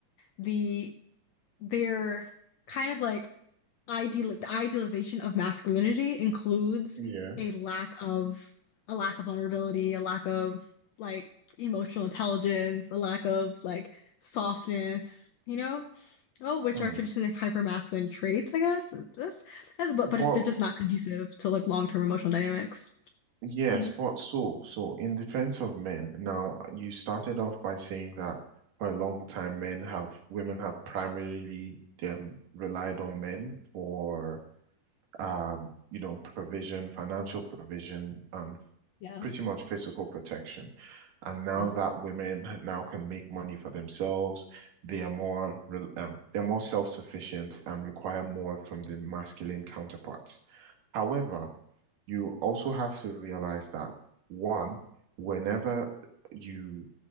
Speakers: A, on the left; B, on the right.
A: the their kind of like ideal the idealization of masculinity includes
B: Yes.
A: a lack of a lack of vulnerability, a lack of like emotional intelligence, a lack of like softness, you know? Oh, which
B: Hmm.
A: are traditionally like, hypermasculine traits, I guess. That's, that's but but
B: But
A: it's, they're just not conducive to like long-term emotional dynamics.
B: Yes,
A: hmm
B: but so, so in defense of men, now you started off by saying that for a long time men have women have primarily um, relied on men for um, you know, provision, financial provision, and
A: Yeah.
B: pretty much physical protection. And now
A: Yeah.
B: that women ha- now can make money for themselves, they are more rel- um, they're more self-sufficient and require more from the masculine counterparts. However, you also have to realize that one, whenever you